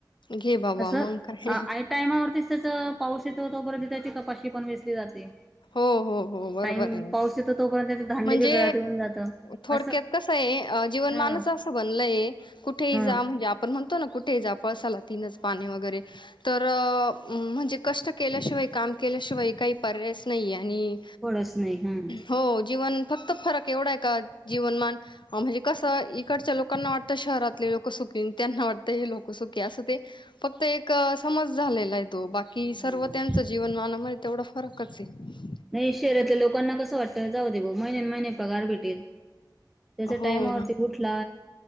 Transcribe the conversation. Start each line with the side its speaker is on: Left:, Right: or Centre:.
Left: घे बाबा
Centre: असं
Left: मग काय
Centre: आय टायमावरती त्याच पाऊस तिथं तोपर्यंत त्याची कपाशी पण वेचली जाते.
Left: हो. हो हो बरोबर
Centre: टाइम
Left: आहे ना,
Centre: पाऊस येतो तोपर्यंत त्याचे धान्य
Left: म्हणजे
Centre: बी घरात येऊन जातं
Left: थोडक्यात
Centre: असं
Left: कस हाये. जीवन
Centre: ह
Left: मानच असं बनलय कुठेही
Centre: ह
Left: जा, म्हणजे आपण म्हणतो ना कुठेही जा पळसाला तीनच पाणी वगैरे तर म्हणजे कष्ट केल्याशिवाय काम केल्याशिवाय काही परयायच नाहीए आणि
Centre: थोडंच नाही हम्म
Left: हो जीवन फक्त फरक एवढा आहे का जीवनमान म्हणजे कसं? इकडच्या लोकांना वाटतं शहरातले लोक सुख की त्यांना वाटतं हे लोकं सुखी आसं ते फक्त एक समज झालेला आहे, तो बाकी
Centre: हा
Left: सर्व त्यांचं जीवनमानामध्ये तेवढा फरक स <unintelligible>
Centre: नाही शहरातल्या लोकांना कसं वाटत? जाऊ दे बाबा महिन्या महिने पगार भेटेल. त्याच्या
Left: हो
Centre: टायमावरती
Left: ना
Centre: उठला,